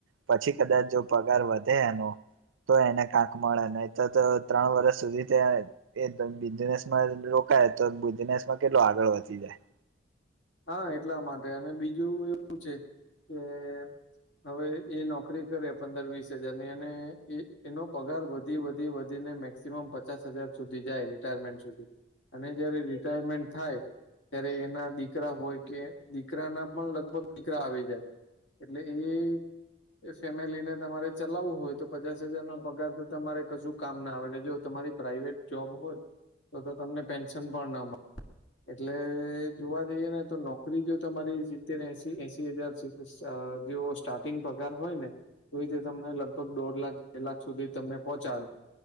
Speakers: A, on the right; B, on the left.
A: પછી કદાચ જો પગાર વધે એનો તો એને કાંક મળે નહી તો તો ત્રણ વરસ સુધી તે એ એ ધંધી ઝનેશ રોકાય તો બિઝનેસ માં કેટલો આગળ વધી જાય.
B: હા એટલા માટે અને બીજું એવું છે કે હવે એ નોકરી કરે પંદર વીસ હજારની અને એ એનો પગાર વધી વધી વધીને મેકસ ક્સિમમ પચાસ હજાર સુધી જાય રિટાયરમેન્ટ સુધી અને જયારે રિટાયરમેન્ટ થાય ત્યારે એના દીકરા હોય કે દીકરા ના પણ લગભગ દીકરા આવી જાય. એટલે એ એ ફેમિલીને તમારે ચલાવવું હોય તો પચાસ હજાર નો પગાર તો તમારે કશું કામ ના આવે ને જો તમારી પ્રાાઈવેટ જોબ હોય તો તો તમને પેન્શન પણ ના મળે એટલે જોવા જઈએ ને તો નોકરી જો તમારી સિતતેરને એસી એશી હજાર સી જે સ્ટાર્ટિંગ પગાર હોય ને તોય તે તમને લગભગ દોઢ લાખ કે લાખ સુધી તમને પહોંચાડે